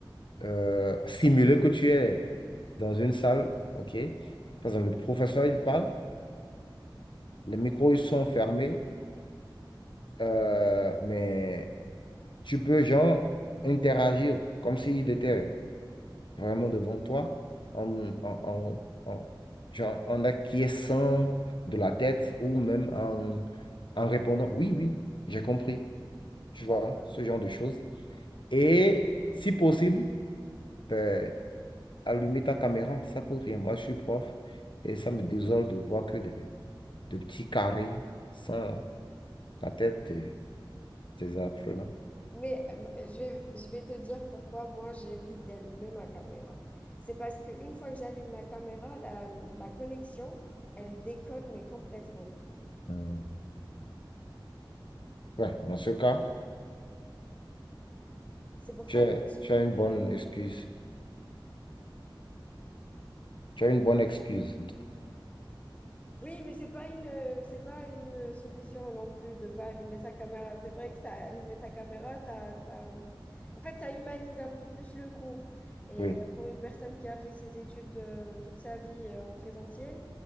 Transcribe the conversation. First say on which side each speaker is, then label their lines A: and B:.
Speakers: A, on the left; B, on the left.
A: euh, euh, simuler que tu es dans une salle, OK? Par exemple, le professeur, il parle Les micros, ils sont fermés, euh, mais tu peux, genre, interagir comme s'il était vraiment devant toi, en, en, en, en- genre, en acquiesçant de la tête ou même en, en répondant, oui, oui, j'ai compris, tu vois,
B: D'accord.
A: ce genre de choses. Et si possible, ben, allumer ta caméra, ça coûte rien. Moi, je suis prof et ça me désole de voir que des, des petits carrés sans la tête des, des apprenants.
B: Mais euh, je vais, je vais te dire pourquoi moi j'évite d'allumer ma caméra. C'est parce qu'une fois que j'allume la caméra, la, la connexion, elle déconne, mais complètement.
A: Euh, Ouais, dans ce cas,
B: C'est pour
A: tu
B: ça
A: as,
B: que j'évite
A: tu as une bonne
B: de l'allumer.
A: excuse. Tu as une bonne excuse, en tout cas.
B: Oui, mais c'est pas une, c'est pas une solution non plus de pas allumer sa caméra. C'est vrai que ça, allumer sa caméra, ça, ça, en fait, ça humanise un peu plus le cours. Et
A: Oui,
B: pour une personne qui a fait ses études euh, toute sa vie euh, en présentiel,